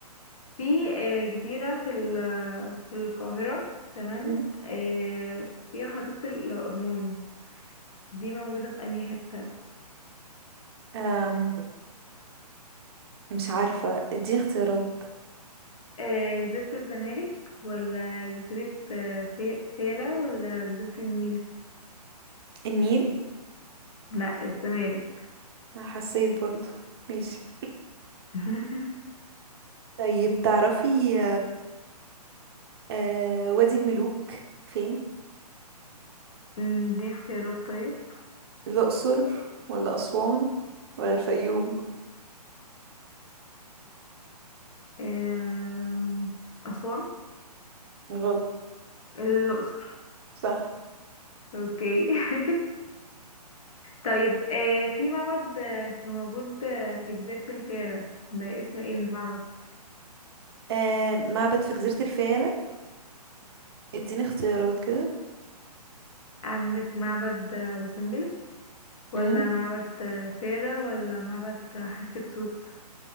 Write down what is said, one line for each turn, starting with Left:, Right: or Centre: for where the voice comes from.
Left: في آه، جزيرة في ال- في القاهرة تمام
Right: مم.
Left: آه، فيها حديقة الأورمان دي موجودة في أنهي حتة
Right: أم مش عارفة اديني اختيارات
Left: آه، جزيرة الزمالك ولا جزيرة آه، في- فيلة ولا جزيرة النيل
Right: النيل
Left: لا الزمالك
Right: حسيت برضو ماشي
Left: <laughs>
Right: طيب تعرفي آه وادي الملوك فين
Left: أمم، دي اختيارات طيب
Right: الأقصر ولا أسوان ولا الفيوم
Left: آم، أسوان
Right: غلط
Left: الأقصر
Right: صح
Left: اوكي <laughs> طيب آه، في معبد آه، موجود آه، في جزيرة الفيلة ده اسمه ايه المعبد؟
Right: آه معبد في جزيرة الفيلة اديني اختيارات كده
Left: عندك معبد وسمبل ولا
Right: امم
Left: معبد آه، فيلة ولا معبد آه، حتشبسوت